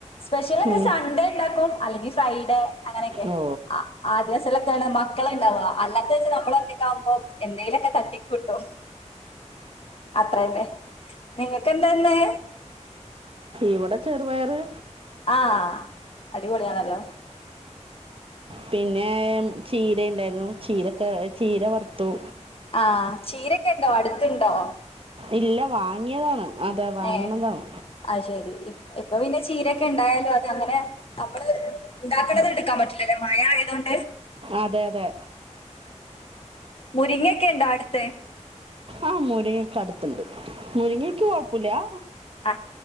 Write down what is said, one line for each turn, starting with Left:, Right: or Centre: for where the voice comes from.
Left: സ്പെഷ്യൽ ഒക്കെ
Right: ഉം.
Left: സൺഡേ ഉണ്ടാക്കും അല്ലെങ്കിൽ ഫ്രൈഡേ അങ്ങനെയൊക്കെ
Right: ഓ
Left: ആ ൊക്കാണ് മക്കള ഇണ്ടാവ അല്ലാത്ത വെച്ച നമ്മളൊക്കക്ക ആകുമ്പോ എന്തെലൊക്കെ തട്ടിക്കൂട്ടും അത്രന്നെ നിങ്ങക്ക്െന്താന്നെ
Right: ഇവിടെ ചെറുപയറ്
Left: ആഹ അടിപൊളിയാണല്ലോ
Right: പിന്നെ ചീര ഉണ്ടായിരുന്നു ചീരക്കെ ചീര വറുത്തു
Left: ആഹ ചീരൊക്കെ ഉണ്ടോ അടുത്തണ്ടോ
Right: ഇല്ല വാങ്ങിയതാണ് അതെ വാങ്ങണതാണ്
Left: ഏ അത് ശരി ഇപ്- ഇപ്പൊ പിന്നെ ചീരൊക്കെ ഉണ്ടായാലോ അത് അങ്ങനെ നമ്മള് ഉണ്ടാക്കേണ്ടത് എടുക്കാൻ പറ്റില്ലല്ലേ മഴ ആയത കൊൊണ്ട്
Right: അതെ അതെ
Left: മുരിങ്ങെ ക്കണ്ട അടുത്തെ
Right: ആഹ മൂരങ്ങൊക്ക അടുത്തുണ്ട് മുറിങ്ങിൽക്ക് കുഴപ്പില്ലയാ
Left: ആഹ